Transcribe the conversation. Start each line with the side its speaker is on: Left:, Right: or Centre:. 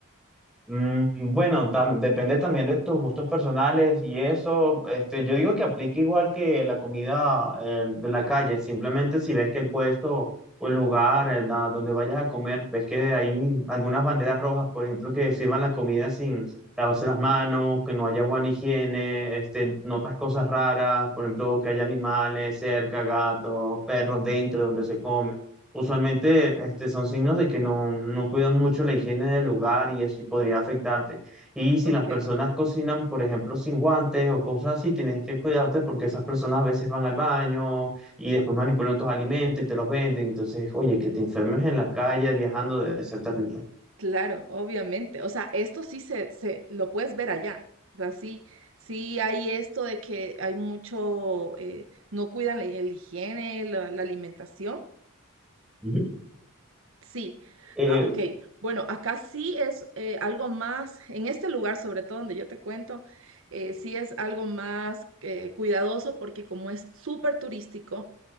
Centre: Mm, bueno, tam- depende también de tus gustos personales y eso, este, yo digo que aplica igual que la comida eh, de la calle, simplemente si ves que el puesto o el lugar eh, la- donde vayas a comer, ves que hay algunas banderas rojas, por ejemplo, que sirvan la comida sin lavarse las manos, que no haya buena higiene, este, notas cosas raras, por ejemplo, que haya animales cerca, gatos, perros dentro de donde se come. Usualmente este, son signos de que no, no cuidan mucho la higiene del lugar y eso podría afectarte. Y si
Right: Ok,
Centre: las personas cocinan, por ejemplo, sin guantes o cosas así, tienes que cuidarte porque esas personas a veces van al baño y después manipulan tus alimentos y te los venden. Entonces, oye, que te enfermes en la calle viajando debe ser terrible.
Right: claro, obviamente. O sea, esto sí se, se lo puedes ver allá. O sea, sí, sí hay esto de que hay mucho, eh, no cuidan la, la higiene, la la alimentación
Centre: Ujú.
Right: Sí,
Centre: Eh,
Right: ah, ok. Bueno, acá sí es eh, algo más, en este lugar sobre todo donde yo te cuento, eh, sí es algo más eh, cuidadoso porque como es súper turístico,